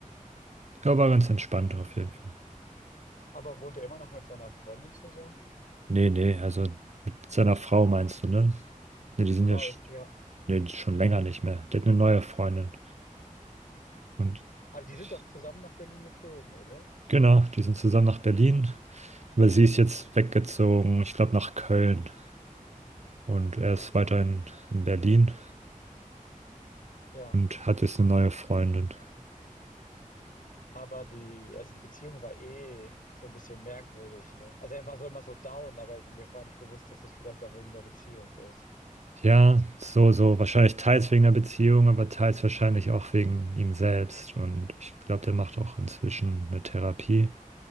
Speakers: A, on the right; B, on the left.
A: Ich glaube, war ganz entspannt auf jeden Fall.
B: Aber wohnt er immer noch mit seiner Freundin zusammen?
A: Nee, nee, also mit seiner Frau meinst du, ne? Ne, die sind
B: Frau,
A: ja. sch-
B: ja.
A: Nee, die- schon länger nicht mehr. Der hat eine neue Freundin. Und
B: Aber die
A: ich,
B: sind doch zusammen nach Berlin gezogen, oder?
A: genau, die sind zusammen nach Berlin. Aber sie ist jetzt weggezogen, ich glaube, nach Köln. Und er ist weiterhin in Berlin
B: Ja.
A: und hat jetzt eine neue Freundin.
B: Aber die, also die Beziehung war eh so ein bisschen merkwürdig, ne? Also er war so immer so down, aber ich, mir war nicht bewusst, dass das vielleicht auch wegen der Beziehung ist.
A: Ja, so, so. Wahrscheinlich teils wegen der Beziehung, aber teils wahrscheinlich auch wegen ihm selbst. Und ich glaube, der macht auch inzwischen eine Therapie